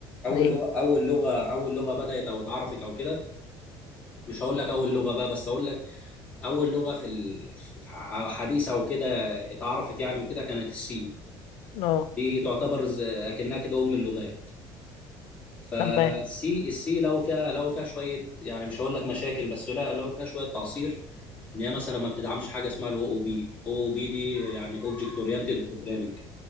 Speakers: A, on the left (about 15°); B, on the left (about 65°).
A: اول
B: ليه
A: لغه اول لغه اول لغه بدات او اتعرفت او كده مش هقول لك اول لغه بقى بس هقول لك اول لغه في ال- في- ح- حديثه او كده اتعرفت يعني وكده كانت السي
B: اه
A: دي تعتبر ز- اكنها كده ام اللغات فالسي
B: تمام
A: السي لو فيها لو فيها شويه يعني مش هقول لك مشاكل بس لا لو فيها شويه تعصير ان هي مثلا ما بتدعمش حاجه اسمها الاو او بي الاو او بي دي يعني اوبجكت اورينتد بروجرامنج